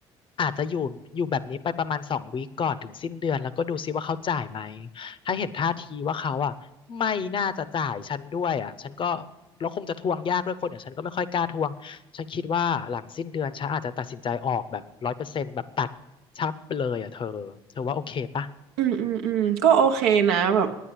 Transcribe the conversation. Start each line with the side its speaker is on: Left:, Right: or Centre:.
Left: อาจจะอยู่อยู่แบบนี้ไปประมาณสองวีคก่อนถึงสิ้นเดือนแล้วก็ดูซิว่าเขาจ่ายไหมถ้าเห็นท่าทีว่าเขาอ่ะไม่น่าจะจ่ายฉันด้วยอ่ะฉันก็แล้วคงจะทวงยากด้วยคนอย่างฉันก็ไม่ค่อยกล้าทวงฉันคิดว่าหลังสิ้นเดือนฉันอาจจะตัดสินใจออกแบบร้อยเปอร์เซ็นต์แบบตัดชับไปเลยอ่ะเธอเธอว่าโอเคปะ
Right: อืมอืมอืมก็โอเคนะแบบ